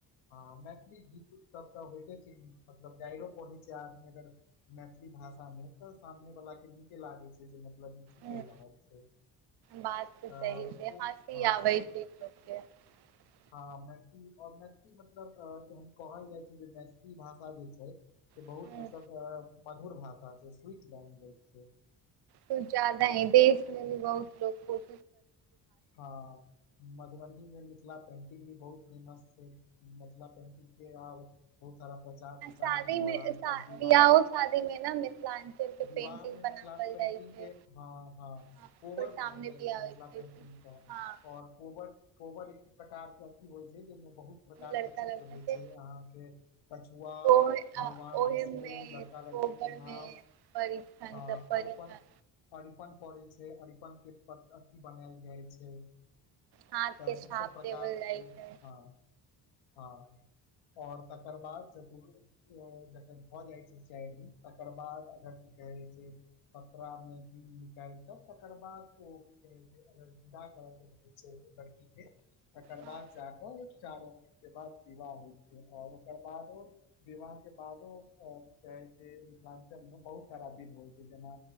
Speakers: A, on the left; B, on the right.
A: हँ मैथिली गीत उत सब तऽ होइतइते छै की मतलब गाइरो परहै छै आदमी अगर मे मैथिली भाषामे तऽ सामने वलााके नीके लागैत छै जे मतलब की कहि
B: ह
A: रहल छै
B: बात
A: तऽ
B: सही छै
A: ओ
B: हँसी
A: हँ
B: आबै छै <inaudible>
A: हँ मैथिली और मैथिली मतलब अ एहन कहल जाइ छै जे मैथिली भाषा जे छै से
B: ह
A: बहुत मतलब मधुर भाषा छै स्वीट लैंग्वेज छै
B: घुर जा दही देख लेलिए बहुत लोक खुश
A: हँ मधुबनी मे मिथिला पेंटिंग भी बहुत फेमस छै मिथिला पेंटिंग के आब बहुत सारा प्रचार प्रचार
B: शादी
A: भी भऽ
B: मे
A: रहल
B: शा
A: छै और विवाह
B: बियाहो शादी मे ने मिथिलाञ्चल के
A: विवाह
B: पेंटिंग
A: मे
B: बनावल
A: मिथिलाके पेंटिंग
B: जाइ छै
A: के हं हं
B: हँ,
A: कोवर
B: कोइ सामने
A: बनैल जाइ
B: बियाह
A: छै
B: होइ
A: मिथिला पेंटिंग
B: कि
A: पेंटिंग सँ
B: हँ
A: और कोबर कोबर एक प्रकार के अथी होइ छै जेहिमे बहुत प्रकार
B: लड़का
A: के चित्र
B: लड़का
A: होइ
B: के
A: छै अहाँके कछुआ
B: ओहि
A: भगवान
B: ओहिमे
A: विष्णु लड़का लड़की
B: कोबर
A: के नाम
B: मे परिछन
A: हँ
B: सब परिछन
A: अरिपन अरिपन पड़ै छै अरिपन के प अथि बनायल जाइ छै
B: हाथ
A: तऽ
B: के छाप
A: ईसभ प्रकारके
B: देवल जाइ छै
A: हँ हँ और तकर बाद जतबे जखन भऽ जाइ छै चाइर दिन तकर बाद अगर कहै छै पतरा मे दिन निकाइल क तकर बाद ओ करै छै अगर विदा कर के रहे छै लड़की के तकर
B: हँ
A: बाद जाक ओ चार के बाद विवाह होइ छै और ओकर बादो विवाह के बादो अ की कहै छै मिथिलांचल में बहुत सारा विध होइ छै जेना